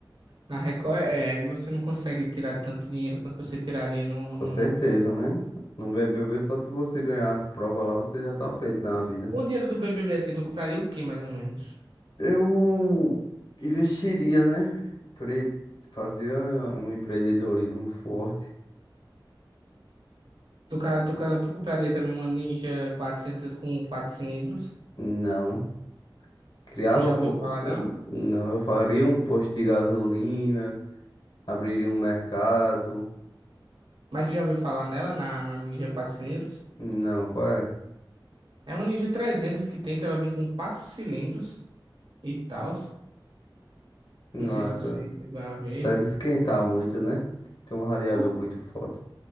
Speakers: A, on the right; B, on the left.
A: Na Record, é, você não consegue tirar tanto dinheiro quanto você tiraria no,
B: Com
A: no...
B: certeza, né? No BBB, só se você ganhar as provas lá, você já tá feito na vida.
A: Com o dinheiro do BBB, assim, tu compraria o quê, mais ou menos?
B: Eu investiria, né? Empre- Fazia um empreendedorismo forte.
A: Tu, cara, tu, cara, tu compraria também uma Ninja quatrocentos com 4 cilindros?
B: Não. Criava.
A: Tu já
B: po-
A: ouviu falar dela?
B: Não, eu faria um posto de gasolina, abriria um mercado.
A: Mas tu já ouviu falar nela, na, na Ninja 4 cilindros?
B: Não, qual é?
A: É uma Ninja trezentos que tem, que ela vem com quatro cilindros e tal.
B: Nossa.
A: Não sei se você chegou a ver.
B: Deve esquentar muito, né? Tem que ter um radiador
A: Por-
B: muito forte.